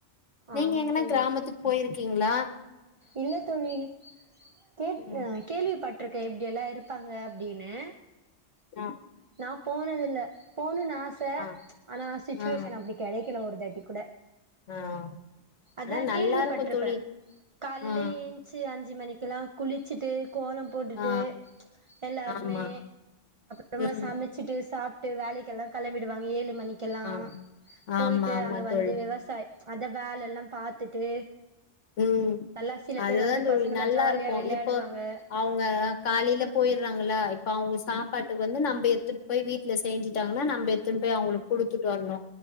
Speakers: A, on the left; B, on the right.
A: நீங்க
B: ஆமா
A: எங்கனா
B: தோழி
A: கிராமத்துக் போய்ருக்கீங்களா
B: இல்ல தோழி கேட்
A: ம்
B: கேள்விப்பட்ருக்க இப்டியெல்லா இருப்பாங்க டீன்னு
A: ஆ
B: நா போனதில்ல போணுன் ஆச
A: ஆ
B: ஆனா சிச்சுவேஷன்
A: ஆ
B: அப்டி கெடைக்கல ஒரு தாட்டி கூட
A: ஆ
B: அதா
A: ஆனா நல்லா
B: கேள்விப்பட்ருப்ப
A: இருக்கு தோழி
B: காலைல
A: ஆ
B: ஏஞ் ச்சி அஞ்சி மணிக்கெல்லா குளிச்சிட்டு கோலம் போட்டுட்டு
A: ஆ
B: எல்லாருமே
A: ஆமா
B: றமா
A: ம்
B: சமச்சிட்டு சாப்ட்டு வேலைக்கெல்லா கெளம்பிடுவாங்க ஏழு மணிக் கெல்லா
A: ஆமா
B: போய்ட்டு
A: ஆமா ஆமா
B: அங்க
A: தோழி
B: வந்து விவசா அத வேலல்லா பாத்துட்டு
A: ம்
B: நல்லா சில
A: அதுதா
B: பேர் வந்து
A: தோழி
B: பசங்கல்லா
A: நல்லா
B: ஜாலியா
A: இருக்கு
B: விளையாடுவாங்க
A: இப்போ அவங்க காலைல போய்றாங்களா இப்ப அவங்க சாப்பாட்டு வந்து நம்ம எத்துட்டு போய் வீட் ல செஞ்சிட்டாங்கன்னா நம்ப எத்தின்னு போய் அவங்களுக்கு குடுத்துட்டு வரணு